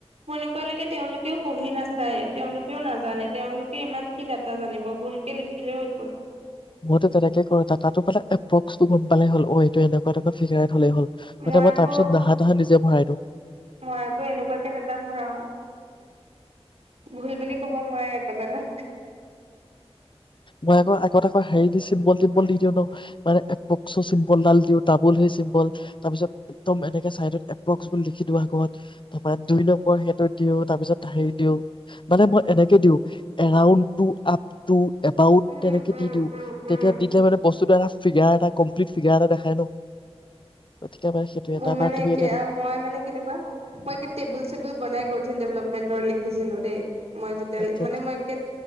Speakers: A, on the right; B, on the left.
A: মোৰ এনেকুৱা লৈকে তেওঁলোকেও পঢ়ি নাচায় তেওঁলোকেও নাজানে তেওঁলোকে ইমান কি ডাটা জানিব ভুলকে লিখিলেও একো নাই
B: মইো তেনেকে কৰো তাতো মানে এ্ৰ্টো গম পালে হ'ল অ এইটো এনেকুৱা এনেুৱ ফিগাৰ থলেই হ'ল মানে
A: মই আকৌ
B: তাৰপিছত নাহা নাহা নিজে ভৰাই দিওঁ
A: মই আকৌ এনেকুৱাকে ডটা ভৰাও ভুল বুলি ক'ব নোৱাৰেি একো জত
B: মই আকৌ আগত আকৌ হেৰি দি চিম্বল টিম্বল দি দিওঁ ন মানে পক্স চিম্পল ডাল দিওঁ ত বুল হৈেইছিলিম্বল তাৰপিছত একদম এক চ লিখি দিওঁ আগত ত দুই নম্বৰ সেইটো দিওঁ তাৰপিছত হে দিওঁ মানে মই এনেকে দিও এৰা ট ত এবউত
A: উম
B: তেনেকে
A: উম
B: দি দিওঁ
A: উম
B: তেতিয়া
A: উম
B: দি দিলে মানে বস্তুটো এটা ফিগাৰ এটা কমপ্লিট ফিগাৰ এটা দেখাই ন গতিকে মানে সেইটোৱে
A: মোৰ
B: তাৰপৰা
A: মানে
B: তুমি
A: একে
B: এতিয়া
A: আৰু মই মানে কেনেকুৱা মই একে টেবুল চেবুল বনাই গৈমলপ পেণ্টৰ লিখিছিলো দেই মই যেতিয়াল
B: আচ্ছা
A: মানে
B: আচ্ছা
A: মই কে